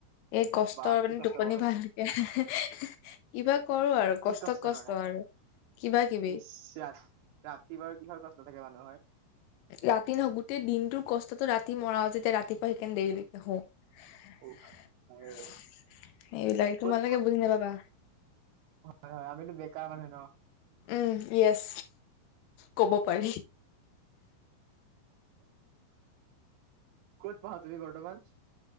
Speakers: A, on the left (about 85°); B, on the right (about 75°).
A: এই কষ্টৰ
B: বা কি
A: মানে
B: কষ্ট
A: টোপনি
B: কৰা,
A: ভালকে <inaudible> কিবা কৰো আৰু
B: কি
A: কষ্ট, কষ্ট
B: কৰা।
A: আৰু কিবা কিবি।
B: ইচ ৰাত ৰাতি বাৰু কিহৰ কষ্ট থাকে মানুহৰ।
A: ৰাতি নহয় গোটেই দিনটোৰ কষ্ট, ৰাতি মৰা <unintelligible> ৰাতিপুৱা সেইকাৰণে দেৰিলৈকে
B: উফ এই
A: এইবিলাকে,
B: ক'ত
A: তোমালোকে বুজি নাপাবা।
B: হয় হয় আমিতো বেকাৰ মানুহ ন
A: উম ইয়েছ কব পাৰি
B: ক'ত পঢ়া তুমি বৰ্তমান?